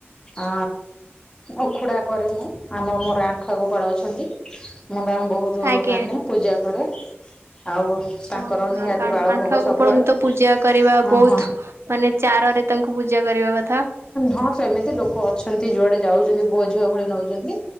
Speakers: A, on the left; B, on the right.
A: ଆ ଉଖୁଡ଼ା କରେ ମୁଁ ଆମ ମୋର ଆଣ୍ଠୁଆ ଗୋପାଳ ଅଛନ୍ତି। ମୁ ତାଙ୍କୁ ବହୁତ
B: ଆଜ୍ଞା
A: ମାନେ ପୂଜା କରେ। ଆଉ ତାଙ୍କର
B: ହଁ
A: ନିହାତି ବାଳ
B: ଆଣ୍ଠୁଆ
A: ଭୋଗ
B: ଗୋପାଳଙ୍କୁ
A: ସବୁବେଳେ
B: ତ ପୂଜା କରିବା
A: ହଁ
B: ବହୁତ
A: ହଁ
B: ମାନେ ଚାରରେ ତାଙ୍କୁ ପୂଜା କରିବା କ
A: ହଁ ସେମିତି ଲୋକ ଅଛନ୍ତି ଯୁଆଡେ ଯାଉଛନ୍ତି ପୁଅ ଝିଅ ଭଳି ନଉଛନ୍ତି।